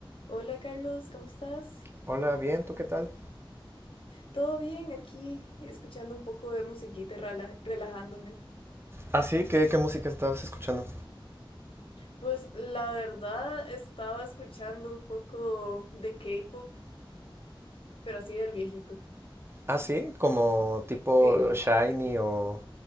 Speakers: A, on the left; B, on the right.
A: Hola Carlos, ¿cómo estás?
B: Hola, bien, ¿tú qué tal?
A: Todo bien aquí, escuchando un poco de musiquita y rela- relajándome.
B: Ah, sí, ¿qué, qué música estabas escuchando?
A: Pues la verdad estaba escuchando un poco de K-pop, pero así del viejito.
B: Ah, sí, como tipo
A: Sí,
B: Shiny o...